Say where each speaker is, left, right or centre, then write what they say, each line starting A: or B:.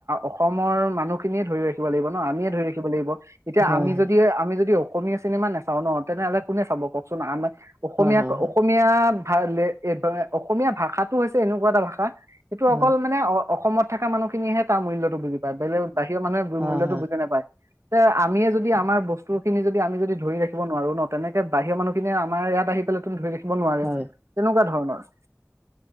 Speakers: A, on the right; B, on the right.
A: অসমৰ মানুহখিনিয়ে ধৰি ৰাখিব লাগিব ন আমিয়ে ধৰি ৰাখিব লাগিব এতিয়া
B: হয়
A: আমি যদি আমি যদি অসমীয়া চিনেমা নাচাওঁ ন তেনেহ'লে কোনে চাব কওকচোন আমাৰ অসমীয়া
B: হয় হয়
A: ক
B: হয়
A: অসমীয়া ভা লে এ বা অসমীয়া ভাষাটো হৈছে এনেকুৱা এটা ভাষা সেইটো
B: হয়
A: অকল মানে অ', অসমত থকা মানুহখিনিয়েহে তাৰ মূল্যতো বুজি পায় বেলেগ বাহিৰ মানুহে
B: হয়
A: মূল্য বুজি নাপায়। তে আমিয়ে যদি আমাৰ বস্তু খিনি যদি আমি যদি ধৰি ৰাখিব নোৱাৰো ন তেনেকে বাহিৰৰ মানুহখিনিয়ে আমাৰ ইয়াত আহি পেলাই <unintelligible> ধৰি ৰাখিব নোৱাৰে
B: হয় হয়
A: তেনেকুৱা ধৰণৰ।